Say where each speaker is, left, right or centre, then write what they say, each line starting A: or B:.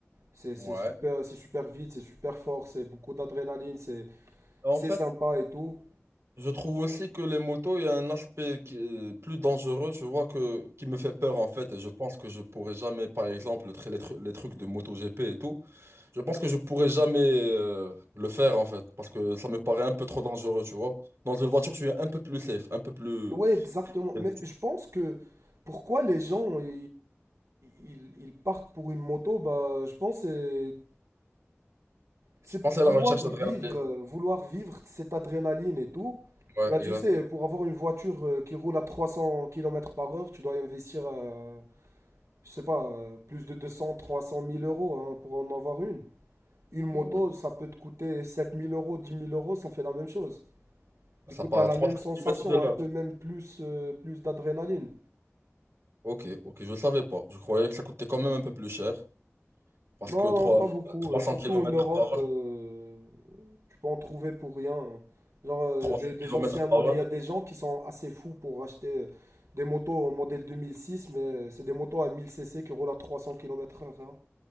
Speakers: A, on the right; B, on the right.
A: C'est,
B: Ouais.
A: c'est super, c'est super vite, c'est super fort, c'est beaucoup d'adrénaline, c'est,
B: En
A: c'est
B: fait.
A: sympa et tout.
B: Je trouve aussi que les motos, il y a un aspect qui est plus dangereux, je vois que qui me fait peur en fait, et je pense que je pourrais jamais, par exemple, le tr- les, tru- les trucs de MotoGP et tout, je pense que je pourrais jamais euh, le faire en fait, parce que ça me paraît un peu trop dangereux, tu vois. Dans une voiture, je suis un peu plus safe, un peu plus.
A: Ouais, exactement.
B: Je,
A: Mais je pense que pourquoi les gens ils, ils- ils partent pour une moto, bah, je pense que c'est C'est
B: je pense
A: pour
B: à
A: vouloir
B: la recherche d'adrénaline.
A: vivre, euh, vouloir vivre cette adrénaline et tout.
B: Ouais,
A: Bah, tu
B: exact.
A: sais, pour avoir une voiture euh, qui roule à 300 km par heure, tu dois y investir, euh, je sais pas, euh, plus de 200, 300 000 euros hein, pour en avoir une. Une moto,
B: Oui.
A: ça peut te coûter 7 000 euros, 10 000 euros, ça fait la même chose.
B: Ça
A: Du coup,
B: part
A: t'as
B: à
A: la
B: 300
A: même sensation,
B: kilomètres de là.
A: un peu même plus, euh, plus d'adrénaline.
B: Ok, ok, je savais pas. Je croyais que ça coûtait quand même un peu plus cher, parce
A: Non,
B: que 3
A: non, pas beaucoup.
B: 300
A: euh, surtout
B: kilomètres
A: en Europe,
B: par heure,
A: euh, Tu peux en trouver pour rien. hein. Genre, euh,
B: 300
A: des, des
B: kilomètres
A: anciens modèles,
B: par heure.
A: il y a des gens qui sont assez fous pour acheter euh, des motos en modèle 2006, mais euh, c'est des motos à 1000cc qui roulent à 300 km/h. hein.